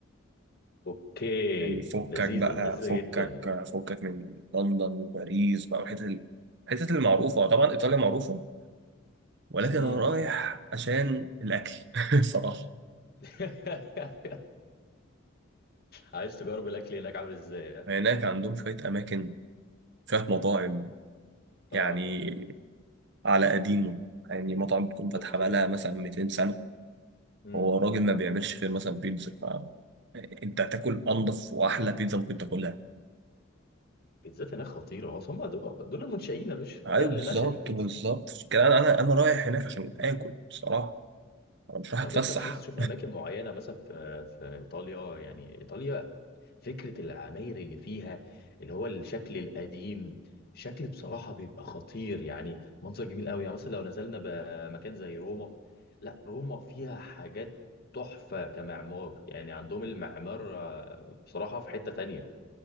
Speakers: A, on the left; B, on the right.
A: اوكي
B: يعني فكك
A: لذيذة
B: بقى
A: لذيذة
B: فكك
A: جدا
B: فكك من لندن وباريس بقى والحتت ال- الحتت المعروفة طبعا إيطاليا معروفة ولكن أنا
A: امم
B: رايح عشان الأكل <laughs> صراحة
A: <laughs> عايز تجرب الاكل هناك عامل ازاي ها؟
B: هناك عندهم شوية أماكن شوية مطاعم
A: اه
B: يعني على قديمه يعني مطعم بتكون فاتحة
A: اوكي
B: بقالها مثلا 200 سنة
A: امم
B: هو راجل ما بيعملش غير مثلا بيتزا فأنت هتاكل أنضف وأحلى بيتزا ممكن تاكلها
A: بيتزات هناك خطيرة اصل هم دول دول المنشئين يا باشا
B: أيوة
A: ده اللي
B: بالظبط
A: نشأ البيتزا
B: بالظبط عشان كده أنا أنا أنا رايح هناك عشان آكل بصراحة أنا مش رايح
A: طب
B: أتفسح
A: انت مش عايز تشوف اماكن معينة مثلا في في ايطاليا يعني ايطاليا فكرة العماير اللي فيها اللي هو الشكل القديم شكل بصراحة بيبقى خطير يعني منظر جميل قوي يعني مثلا لو نزلنا بمكان زي روما لا روما فيها حاجات تحفة كمعمار يعني عندهم المعمار آه، بصراحة في حتة تانية